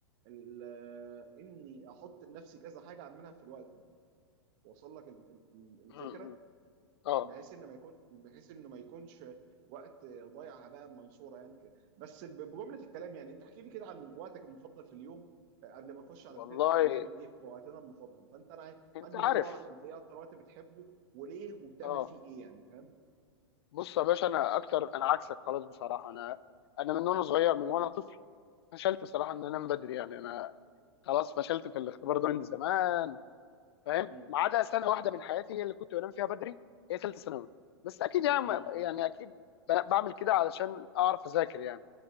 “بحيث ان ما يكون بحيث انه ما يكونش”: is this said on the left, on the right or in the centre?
Right